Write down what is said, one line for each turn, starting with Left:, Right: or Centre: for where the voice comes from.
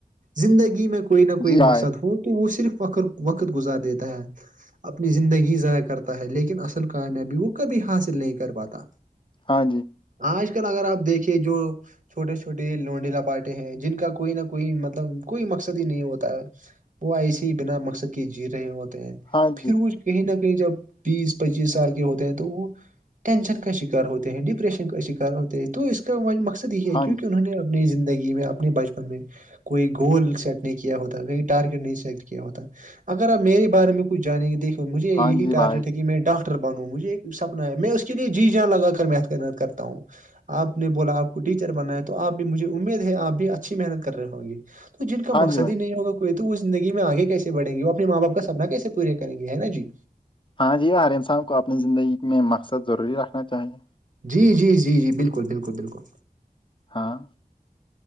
Right: زندگی میں کوئی نہ کوئی
Left: جی بھائی
Right: مقصد ہو تو وہ صرف ور وقت گزار دیتا ہے اپنی زندگی ضائع کرتا ہے لیکن اصل کامیابی وہ کبھی حاصل نہیں کر پاتا
Left: ہاں جی
Right: آج کل اگر آپ دیکھیے جو چھوٹے چھوٹے لونڈی لپاٹے ہیں جن کا کوئی نہ کوئی مطلب کوئی مقصد ہی نہیں ہوتا ہے وہ ایسے ہی بنا مقصد کے جی رہے ہوتے ہیں
Left: ہاں
Right: پھر
Left: جی
Right: وہ کہیں نہ کہیں جب بیس پچیس سال کے ہوتے ہیں تو وہ ٹینشن کا شکار ہوتے ہیں ڈی ڈپریشن کا شکار ہوتے ہیں تو اس کا مقصد یہ ہے
Left: ہاں
Right: کیونکہ
Left: جی
Right: انہوں نے اپنی زندگی میں اپنے بچپن میں کوئی گول سیٹ نہیں کیا ہوتا کہئی ٹارگیٹ نہیں سلٹ کیا ہوتا اگر آپ میرے بارے میں کچ جانیں کے دیکھ مجھے یہی
Left: ہاں جی
Right: ٹارگیٹ
Left: بھائی
Right: ہے کہ میں ڈاکٹر بنوں مجھے ایک سپنا ہے میں اس کے لیے جی جاں لگا کر میتھ کرنا تھا کرتا ہوں آپ نے بولا آپ کو ٹیچر بنا ہے تو آپ بھی مجھے امید ہے آپ بھی اچھی محنت کر رہے ہوں گی تو جن کا
Left: ہاں
Right: مقصد
Left: جی بھائی
Right: ہی نہیں ہوگا تو وہ زندگی میں آگے کیسے بڑیں گی وہ اپنے ماں باپ کا سپنا کیسے پورے کریں گے ہے نا جی
Left: ہاں جی ہر انسان کو اپنی زندگی میں مقصد ضروری رکھنا چاہیے
Right: جی جی جی جی بالکل بالکل بالکل
Left: ہاں